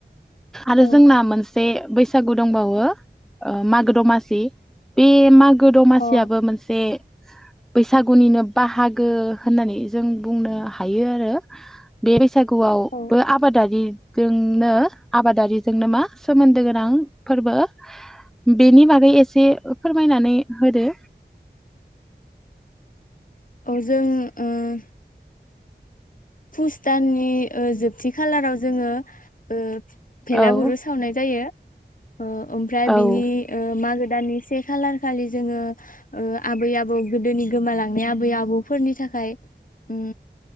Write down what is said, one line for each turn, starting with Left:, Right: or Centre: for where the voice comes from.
Centre: आरो
Left: औ
Centre: जोंना मोन से बैसागु दंबावो ओ मागो दमासि बे माग गो दमासियाबो
Left: अ
Centre: मोनसे बैसागुनिनो बाहागो होननानै जों बुंनो हायो आरो बे बैसागुआवबो
Left: औ
Centre: आबादारि जोंनो आबादारिजोंनो मा सोमोन्दो गोनां फोरबो बेनि बागै एसे फोरमायनानै होदो
Left: औ जों उम पुस दाननि ओ जोबथि खालाराव जोङो ओ भेलागुरु
Centre: औ
Left: सावनाय जायो। ओ ओमफ्राय
Centre: औ
Left: बिनि ओ मा दानि से खालार खालि जोङो ओ आबै आबौ गोदोनि गोमालां नि आबै-आबौ फोरनि थाखाय उम